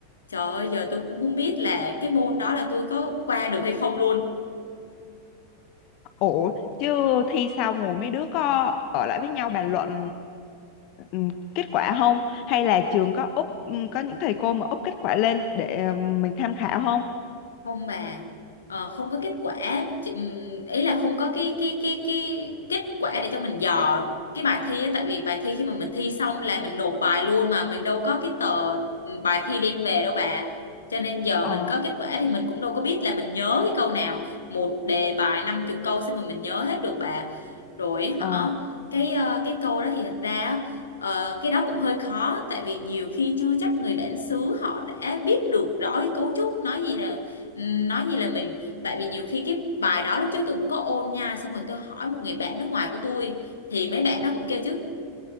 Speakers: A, on the left (about 70°); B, on the left (about 40°).
A: Trời ơi, giờ tôi cũng không biết là cái môn đó là tôi có qua được hay không luôn.
B: Ủa, chứ thi xong rồi mấy đứa có ở lại với nhau bàn luận ừm, kết quả không? Hay là trường có úp ừm, có những thầy cô mà úp kết quả lên để ừm, mình tham khảo không?
A: không bà ờ, không có kết quả chị, ừm, ý là không có cái cái cái cái kết quả để cho mình dò cái bài thi á tại vì bài thi khi mà mình thi xong là mình nộp bài luôn mà mình đâu có cái tờ ừm, bài thi đem về đâu bà cho nên giờ
B: Ờ,
A: mình có kết quả thì mình cũng đâu có biết là mình nhớ cái câu nào một đề bài năm chục câu sao mà mình nhớ hết được bà rồi họ
B: ờ,
A: cái ờ, cái câu đó thì thật ra á, ờ, cái đó cũng hơi khó tại vì nhiều khi chưa chắc người bản xứ họ đã biết được rõ cái cấu trúc nói gì là ừm, nói gì là mình tại vì nhiều khi cái bài đó lúc trước tôi cũng có ôn nha xong rồi tôi hỏi một người bạn nước ngoài của tôi thì mấy bạn đó cũng kêu chứ